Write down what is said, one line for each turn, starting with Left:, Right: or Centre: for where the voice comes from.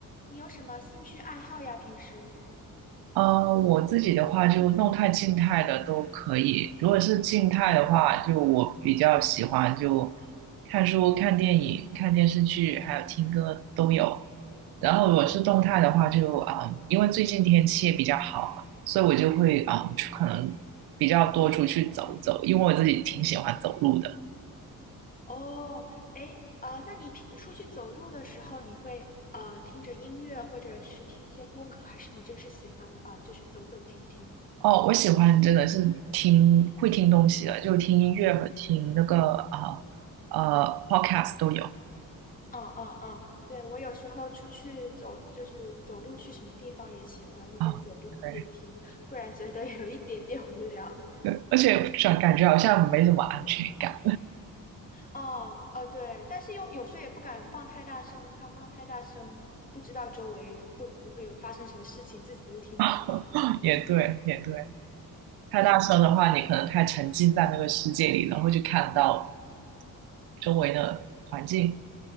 Left: 你有什么兴趣爱好呀？平时？
Right: 嗯，我自己的话就动态、静态的都可以。如果是静态的话，就我比较喜欢就看书、看电影、看电视剧，还有听歌都有。然后如果是动态的话就，啊，因为最近天气也比较好嘛，所以我就会啊、嗯可能比较多出去走走，因为我自己挺喜欢走路的。
Left: 哦，哎，啊，那你平出去走路的时候，你会呃听着音乐，或者是听一些播客，还是你就是喜欢啊，呃就是走走停停？
Right: 哦，我喜欢真的是听会听东西的，就听音乐和听那个啊呃
Left: 嗯
Right: podcast 都有
Left: 嗯嗯嗯，对，我有时候出去走，就是走路去什么地方也喜欢一边走路一边听，
Right: 啊。对。
Left: 不然觉得有一点点无聊。
Right: 对，而且感感觉好像没什么安全感。
Left: 哦哦，对，但是又有时候也不敢放太大声，怕放太大声，不知道周围会不会有发生什么事情，自己又听不到。
Right: <laughs> 也对，也对，太大声的话，
Left: 对。
Right: 你可能太沉浸在那个世界里，然后就看不到周围的环境。